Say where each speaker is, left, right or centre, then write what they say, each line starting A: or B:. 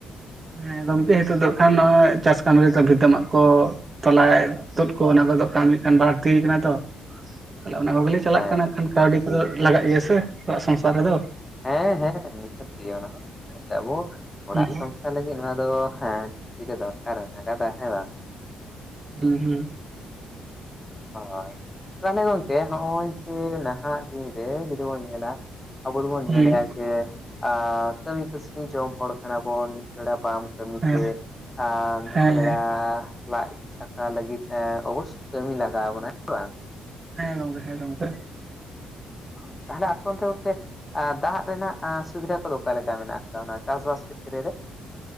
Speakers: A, on the right (about 35°); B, on the left (about 15°).
A: ᱦᱮᱸ ᱜᱚᱢᱠᱮ ᱦᱤᱛᱳᱜ ᱫᱚ ᱠᱷᱟᱱ ᱱᱚᱜᱼᱚᱭ ᱪᱟᱥ ᱠᱟᱹᱢᱤ ᱨᱮᱫᱚ ᱵᱷᱤᱛᱟᱹ ᱢᱟᱜ ᱠᱚ ᱛᱚᱞᱟᱭ ᱛᱩᱫ ᱠᱚ ᱚᱱᱟ ᱠᱚᱫᱚ ᱠᱟᱢᱤ ᱠᱷᱟᱱ ᱵᱟᱹᱲᱛᱤ ᱠᱟᱱᱟ ᱛᱚ ᱾ ᱛᱟᱦᱞᱮ ᱚᱱᱟ ᱠᱚᱜᱮ ᱞᱮ ᱪᱟᱞᱟᱜ
B: ᱦᱮᱸ
A: ᱠᱟᱱᱟ ᱠᱷᱟᱱ ᱠᱟᱹᱣᱰᱤ ᱠᱚᱫᱚ ᱞᱟᱜᱟᱜ ᱜᱮᱭᱟ ᱥᱮ ᱚᱲᱟᱜ ᱥᱚᱝᱥᱟᱨ ᱨᱮᱫᱚ ᱾
B: ᱦᱮᱸ ᱦᱮᱸ ᱱᱤᱦᱟᱹᱛ ᱜᱮ ᱚᱱᱟ ᱦᱚᱸ <unintelligible> ᱟᱵᱚ ᱚᱲᱟᱜ
A: ᱦᱩᱸ
B: ᱥᱚᱝ ᱥᱚᱝᱥᱟᱨ ᱞᱟᱹᱜᱩᱫ ᱱᱚᱣᱟ ᱫᱚ ᱦᱮᱸ <unintelligible> ᱜᱮ ᱫᱚᱨᱠᱟᱨ ᱠᱟᱫᱟ ᱦᱮᱸ ᱵᱟᱝ ᱾
A: ᱦᱩᱸ ᱦᱩᱸ ᱾
B: ᱦᱳᱭ, ᱛᱟᱦᱚᱞᱮ ᱜᱚᱝᱠᱮ ᱦᱚᱜᱼᱚᱭ ᱡᱮ ᱱᱟᱦᱟᱜ ᱫᱤᱱ ᱨᱮ ᱡᱩᱫᱤ ᱵᱚᱱ ᱧᱮᱞᱟ ᱟᱵᱚ ᱫᱚᱵᱚᱱ ᱧᱮᱞᱮᱫᱼᱟ
A: ᱦᱩᱸ
B: ᱡᱮ ᱟᱸ ᱠᱟᱹᱢᱤ ᱠᱟᱹᱥᱱᱤ ᱡᱚᱢ ᱦᱚᱲ ᱠᱟᱱᱟ ᱵᱚᱱ ᱢᱤᱫ ᱵᱮᱲᱟ ᱵᱟᱢ ᱠᱟᱢᱤ
A: ᱦᱮᱸ
B: ᱛᱮ ᱟᱨ ᱢᱤᱫ
A: ᱦᱮᱸ
B: ᱵᱮᱲᱟ ᱞᱟᱡ ᱫᱟᱠᱟ ᱞᱟᱹᱜᱤᱫ ᱚᱵᱚᱥᱥᱳᱭ ᱠᱟᱹᱢᱤ ᱞᱟᱜᱟᱣ ᱵᱚᱱᱟ ᱦᱮᱸ ᱵᱟᱝ?
A: ᱦᱮᱸ ᱜᱚᱝᱠᱮ ᱦᱮᱸ ᱜᱚᱢᱠᱮ ᱾
B: ᱦᱚᱭ ᱛᱟᱦᱚᱞᱮ ᱟᱯᱮ ᱚᱱᱛᱮ ᱜᱚᱝᱠᱮ ᱫᱟᱜ ᱨᱮᱱᱟᱜ ᱥᱩᱵᱤᱫᱷᱟ ᱠᱚᱫᱚ ᱚᱠᱟ ᱞᱮᱠᱟ ᱢᱮᱱᱟᱜ ᱟᱠᱟᱫᱟ ᱚᱱᱟ ᱪᱟᱥᱵᱟᱥ ᱠᱷᱮᱛᱛᱨᱮ ᱨᱮ?